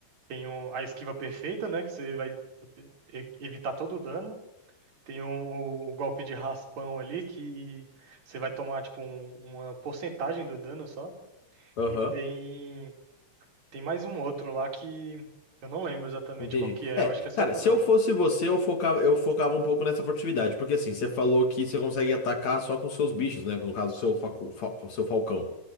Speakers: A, on the right; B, on the left.
A: Tem o- a esquiva perfeita, né? Que você vai e- evitar todo o dano. Tem um- o, o golpe de raspão ali que você vai tomar tipo um- uma porcentagem do dano só.
B: Aham.
A: E tem tem mais um outro lá que eu não lembro exatamente
B: Entendi.
A: qual que é.
B: É,
A: Eu acho que é só
B: cara,
A: evasão.
B: se eu fosse você, eu focava, eu focava um pouco nessa furtividade, porque assim, você falou que você consegue atacar só com seus bichos, né? No caso, o seu facu, fa- o seu falcão.